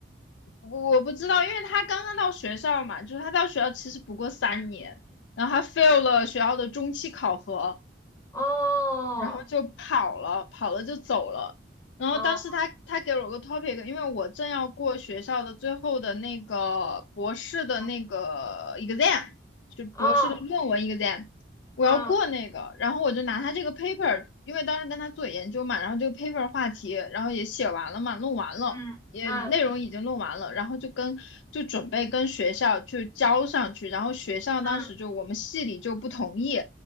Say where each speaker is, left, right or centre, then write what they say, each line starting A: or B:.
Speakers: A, on the left; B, on the left.
A: 我不知道，因为他刚刚到学校嘛，就是他到学校其实不过三年，然后他 fail 了学校的中期考核。
B: 哦，
A: 然后就跑了，跑了就走了。然后当时他他给了我个
B: 哦，
A: topic，因为我正要过学校的最后的那个博士的那个
B: 哦，
A: exam，就博士的论文
B: 哦
A: exam，我要过那个，
B: 嗯
A: 然后我就拿他这个 paper，因为当时跟他做研究嘛，然后这个 paper 话题，然后也写完了嘛，弄完了，
B: 嗯嗯
A: 也内容已经弄完了，然后就跟就准备跟学校去交上去，然后学校当时就我们系里就不同意。
B: 嗯